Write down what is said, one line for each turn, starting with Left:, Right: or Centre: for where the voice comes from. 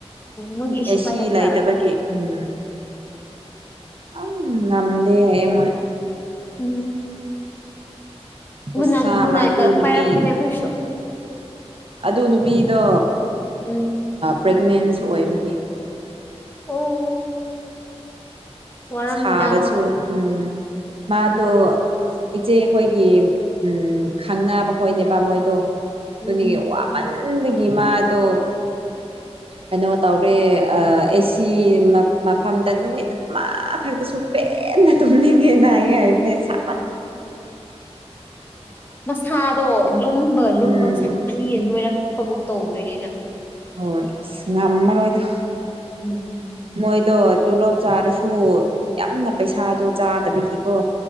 Left: ꯃꯣꯏꯒꯤ
Right: ꯑꯦꯁꯤ
Left: ꯄꯥꯏꯗꯕꯖꯥꯔꯣ
Right: ꯂꯩꯥꯏꯇꯕꯒꯤ ꯎꯝ ꯑꯝ ꯉꯗꯦ ꯃ
Left: ꯎꯝ
Right: ꯍꯁꯁꯥ
Left: ꯒꯨꯗ ꯅꯥꯏꯠ ꯒꯨꯗ
Right: ꯃꯥꯗꯨ
Left: ꯅꯥꯏꯠꯀ
Right: ꯅꯨꯕꯤ
Left: ꯄꯥꯏꯔꯛꯄꯅꯦ ꯑꯩꯈꯣꯏꯁꯨ
Right: ꯑꯗꯨ ꯅꯨꯄꯤꯗꯣ
Left: ꯎꯝ
Right: ꯄ꯭ꯔꯦꯒꯅꯦꯟꯁꯨ ꯑꯣꯏꯕꯒꯤ
Left: ꯑꯣ ꯋꯥꯔꯝꯅꯤꯗ
Right: ꯁꯥꯕꯁꯨ ꯎꯝ ꯃꯥꯗꯣ ꯏꯆꯦ ꯑꯩꯈꯣꯏꯒꯤ ꯎ ꯈꯪꯅꯕꯈꯣꯏꯅꯦꯕ ꯃꯣꯏꯗꯣ ꯑꯗꯨꯅꯤ
Left: ꯎꯝ
Right: ꯋꯥꯃꯟꯕꯒꯤ ꯃꯥꯗꯣ ꯑꯩꯅꯣꯧ ꯇꯥꯎ꯭ꯔꯦ ꯑꯦꯁꯤ ꯃꯐꯝꯗ ꯅꯨꯃꯤꯠ ꯑꯃꯈꯛꯇꯁꯨ ꯄꯦꯟꯅ ꯇꯨꯝꯅꯤꯡꯉꯦꯅ ꯉ ꯍꯥꯏꯕꯅꯦ ꯁ
Left: ꯃꯁꯥꯗꯣ ꯂꯨꯝꯕꯒ ꯂꯨꯝꯕꯒ
Right: ꯎꯝ
Left: ꯁꯥꯀꯅꯤ ꯅꯣꯏꯔꯛ ꯆꯄꯒꯨꯝ ꯇꯧꯗꯣꯏꯅꯤꯅ
Right: ꯍꯣꯏ ꯑꯁ ꯉꯝꯃꯔꯣꯏꯗ
Left: ꯎꯝ
Right: ꯃꯣꯏꯗꯣ ꯇꯣꯂꯣꯞ ꯆꯥꯔꯁꯨ ꯌꯥꯝꯅ ꯄꯩꯁꯥꯗꯣ ꯆꯥꯗꯕꯤꯒꯤꯀꯣ